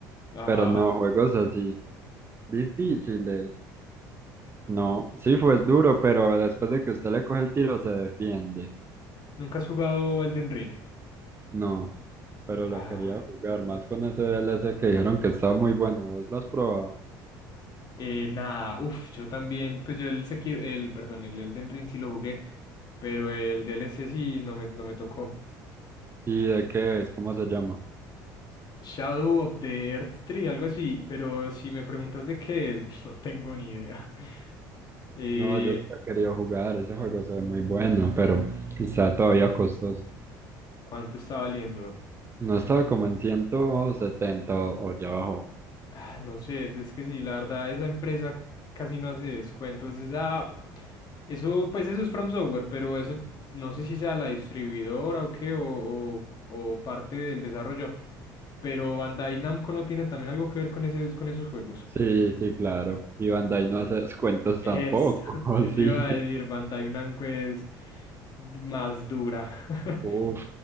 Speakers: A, on the left; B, on the right.
A: Ajá.
B: pero no, juegos así, difíciles. No, sí fue duro, pero después de que usted le coge el tiro se defiende.
A: ¿Nunca has jugado Elden Ring?
B: No, pero
A: Ah,
B: lo quería jugar más con ese D L C que dijeron que está muy bueno. ¿Vos lo has probado?
A: eh, nada, uff, yo también, pues yo el Sekiro, el, perdón, el Elden Ring sí lo jugué, pero el DLC sí no me, no me tocó.
B: ¿Y de qué es? ¿Cómo se llama?
A: Shadow of the Earth Tree, algo así, pero si me preguntas de qué es, <laughs> no tengo ni idea. Eh,
B: No, yo sí lo he querido jugar. Ese juego se ve muy bueno, pero está todavía costoso.
A: ¿cuánto está valiendo?
B: No estaba como en 170 o ya abajo.
A: Ah, no sé, es que sí, la verdad, esa empresa casi no hace descuentos. Esa, eso, pues eso es From Software, pero eso no sé si sea la distribuidora o qué, o, o, o parte del desarrollo. Pero Bandai Namco no tiene también algo que ver con ese, con esos juegos.
B: Sí, sí, claro. Y Bandai no hace descuentos
A: Es,
B: tampoco,
A: <laughs>
B: <laughs> ¿o
A: eso
B: sí.
A: iba a decir, Pantay Blanco es más dura. <laughs>
B: Uf,